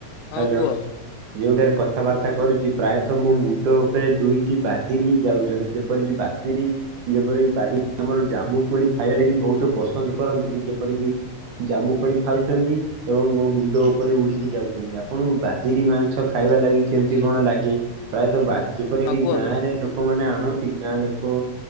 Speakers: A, on the left; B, on the right.
A: ହଁ
B: ହାଲୋ।
A: କୁହ
B: ଯୋଉଠାରେ କଥାବାର୍ତ୍ତା କରୁଛି। ପ୍ରାୟତ ମୋ ମୁଣ୍ଡ ଉପରେ ଦୁଇଟି ବାଦିରି ଯାଉ ଯେପରିକି ବାଦିରି ଯେପରିକି ବାରି ଆମର ଜାମୁକୋଳି ଖାଇବା ଲାଗି ବହୁତ ପସନ୍ଦ କରନ୍ତି। ଯେପରିକି ଜାମୁକୋଳି ଖାଉଛନ୍ତି। ଏବଂ ମୋ ମୁଣ୍ଡ ଉପରେ ଉଡିକି ଯାଉଛନ୍ତି। ଆପଣଙ୍କୁ ବାଦିରି ମାଂସ ଖାଇବା ଲାଗି କେମତି
A: ଆଜ୍ଞା
B: କଣ ଲାଗେ। ପ୍ରାୟତଃ ବା ଯେପରିକି
A: ହଁ କୁହନ୍ତୁ
B: ଗାଁରେ ଲୋକମାନେ ଆଣନ୍ତି ଗାଁ ଲୋକ